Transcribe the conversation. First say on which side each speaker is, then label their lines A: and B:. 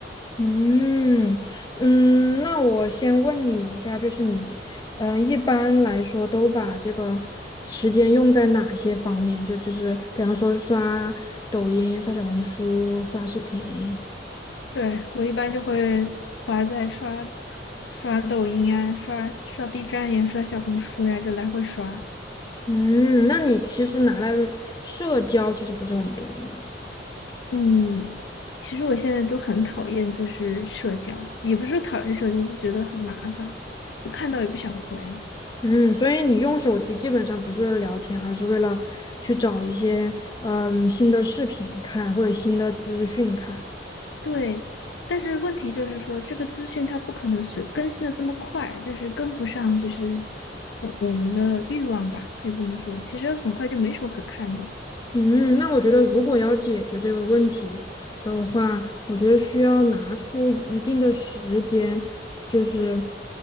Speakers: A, on the left (about 20°); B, on the left (about 80°).
A: 嗯嗯，那我先问你一下，就是你，嗯，一般来说都把这个时间用在哪些方面？就就是比方说刷抖音、刷小红书、刷视频。
B: 对，我一般就会花在刷刷抖音呀、刷刷 B 站呀、刷小红书呀，就来回刷。
A: 嗯，那你其实拿来社交其实不是很多，对吗？
B: 嗯，其实我现在都很讨厌就是社交，也不是说讨厌社交，就觉得很麻烦，就看到也不想回。
A: 嗯，所以你用手机基本上不是为了聊天，而是为了去找一些嗯新的视频看或者新的资讯看。
B: 对，但是问题就是说，这个资讯它不可能随更新的这么快，就是跟不上，就是我我们的欲望吧，可以这么说。其实很快就没什么可看的了
A: 嗯，那我觉得如果要解决这个问题的话，我觉得需要拿出一定的时间，就是